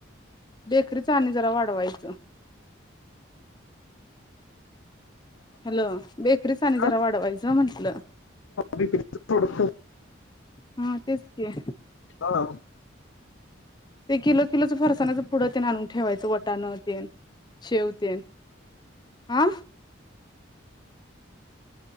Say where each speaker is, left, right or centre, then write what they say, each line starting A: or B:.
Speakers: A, on the left; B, on the left.
A: बेकरीच आणि जरा वाढवायचं. हॅलो बेकरीच आणि जरा
B: हा,
A: वाढवायचं म्हंटलं
B: विक्रीचं प्रोडक्ट
A: हा तेच की
B: हॅलो
A: ते किलो किलोच फरसाणाच पुढं ते आणून ठेवायचं वटाण तेन शेव तेन हा